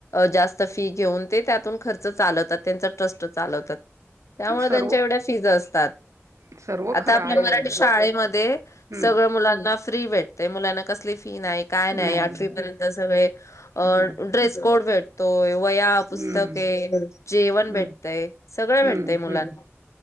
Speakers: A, on the left (about 80°); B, on the right (about 80°).
A: जास्त फी घेऊन ते त्यातून खर्च चालवतात त्यांच ट्रस्ट चालवतात. त्यामुळे
B: सर्व
A: त्यांच्या एवढ्या फीज अस <unintelligible> तात
B: सर्व
A: आता
B: खरं
A: आपल्या
B: आहे
A: मराठी
B: हो
A: शाळेमध्ये
B: हम्म
A: सगळं मुलांना फ्री भेटते मुलांना कसली फी नाई काय नाई
B: नाही
A: अड
B: नाही
A: पृथ्वी पर्यंत सगळे अ
B: हम्म
A: ड्रेस कोड भेट तव <inaudible> वह्या, पुस्तके
B: हम्म
A: जेवण
B: हम्म
A: भेटतय. सगळ
B: हम्म
A: भेटतय मुलांना
B: हम्म